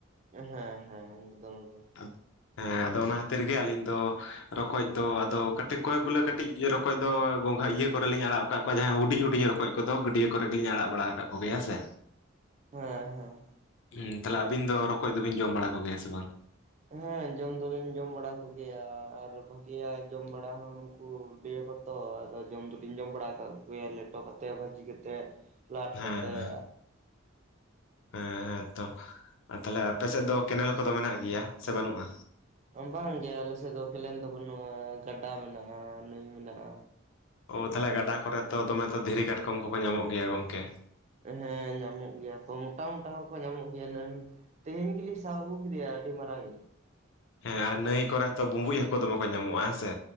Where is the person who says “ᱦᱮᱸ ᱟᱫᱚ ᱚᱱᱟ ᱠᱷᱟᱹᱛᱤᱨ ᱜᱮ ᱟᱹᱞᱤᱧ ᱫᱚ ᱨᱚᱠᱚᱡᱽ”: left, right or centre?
Left